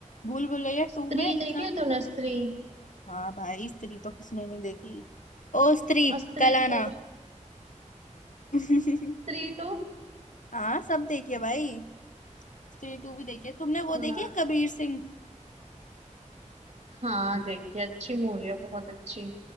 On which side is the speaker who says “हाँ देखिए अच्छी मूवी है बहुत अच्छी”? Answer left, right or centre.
Right